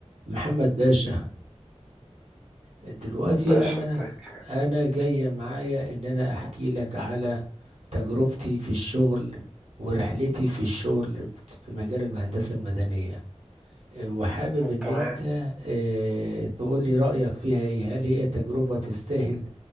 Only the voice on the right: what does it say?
محمد باشا دلوقتي
انا
انا جاية معايا ان انا احكي لك على تجربتي في الشغل ورحلتي في الشغل في مجال الهندسة المدنية وحابب ان
انت آه، تقول لي رأيك فيها ايه هل هي تجربة تستاهل